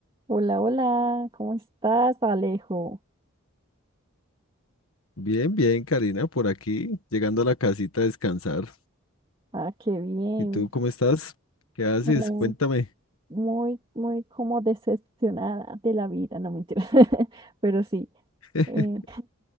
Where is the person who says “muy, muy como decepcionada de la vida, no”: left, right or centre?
Right